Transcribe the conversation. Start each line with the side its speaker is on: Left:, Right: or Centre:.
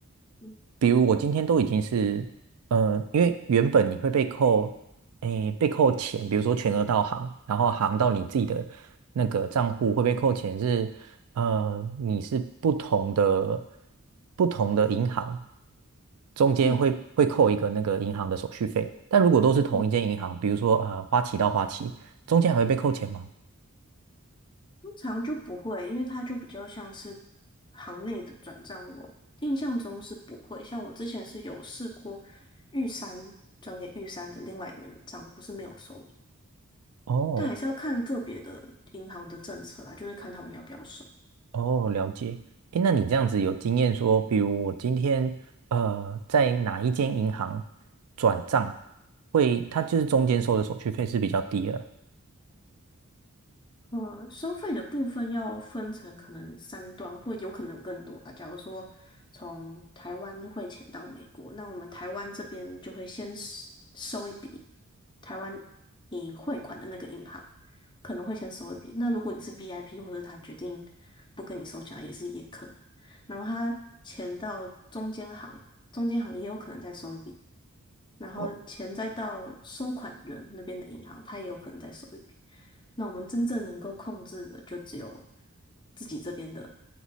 Left: 嗯
Right: 比如我今天都已经是，呃，因为原本你会被扣，哎，被扣钱，比如说全额到行，然后行到你自己的那个账户会被扣钱是，呃，你是不同的不同的银行中间会会扣一个那个银行的手续费，
Left: 嗯
Right: 但如果都是同一间银行，
Left: 嗯。
Right: 比如说呃花旗到花旗，中间还会被扣钱吗？
Left: 通常就不会，因为它就比较像是行内的转账，我印象中是不会。像我之前是有试过玉山转给玉山的另外一个人的账户是没有收的，
Right: 哦，
Left: 但还是要看个别的银行的政策啦，就是看他们要不要收。
Right: 哦，了解。诶，那你这样子有经验说，比如我今天呃在哪一间银行转账，会它就是中间收的手续费是比较低了。
Left: 呃，收费的部分要分成可能三段，或有可能有更多啊。假如说从台湾汇钱到美国，那我们台湾这边就会先收收一笔台湾你汇款的那个银行可能会先收一笔。那如果你是 VIP，或者他决定不跟你收钱啊，也是也可能。然后他钱到中间行，中间行也有可能再收一笔。然后钱再到收款人那边的银行，
Right: 哦，
Left: 他也有可能再收一笔。那我们真正能够控制的，就只有自己这边的